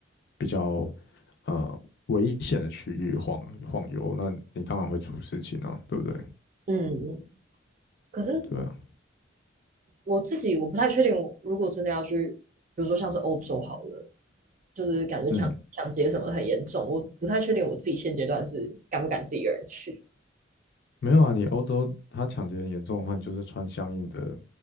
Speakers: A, on the left; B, on the right.
A: 比较呃危险的区域晃晃悠，那你当然会出事情啊，对不对？
B: 嗯，可是
A: 对啊，
B: 我自己我不太确定，我如果真的要去，比如说像是欧洲好了，就是感觉抢抢劫什么的很严重，
A: 嗯，
B: 我不太确定我自己现阶段是敢不敢自己一个人去。
A: 没有啊，你欧洲他抢劫严重的话，你就是穿相应的